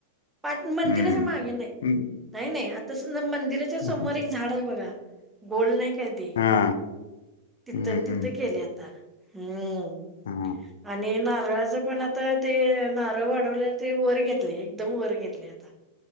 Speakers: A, in the centre; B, on the left (about 85°).
A: पान
B: हम्म
A: मंदिराच्या मागे नाही,
B: हम्म
A: नाही नाही आता मंदिराच्या समोर
B: असं
A: एक झाड आहे बघा. गोल नाही काय ते
B: हा
A: तिथं
B: हम्म
A: तिथं
B: हम्म
A: केले आता हम्म.
B: हा
A: आणि नारळाचं पण आ- आता ते नारळ वाढवल्या ते वर घेतले, एकदम वर घेतले आता.